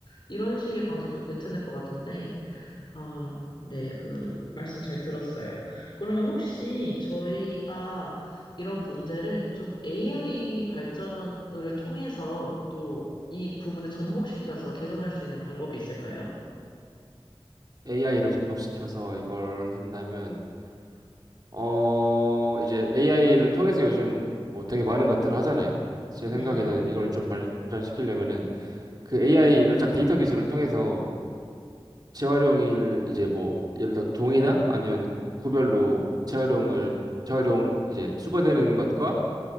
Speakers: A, on the left; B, on the right.
A: 이런 식의 방식도 괜찮을 것 같은데 아, 네, 그, 말씀 잘 들었어요. 그러면 혹시 저희가 이런 문제를 좀 AI 발전을 통해서 또 이 부분에 접목시켜서 개선할 수 있는 방법이 있을까요?
B: AI를 접목시켜서 이걸 한다면 어 이제 AI를 통해서 요즘 뭐 되게 많은 것들을 하잖아요. 제
A: 네.
B: 생각에는 이걸 좀 발전시키려면은 그 AI 를 살짝 데이터 기술을 통해서 재활용일 이제 뭐 예를 들어 동이나 아니면 구별로 재활용을 재활용 이제 수거되는 것과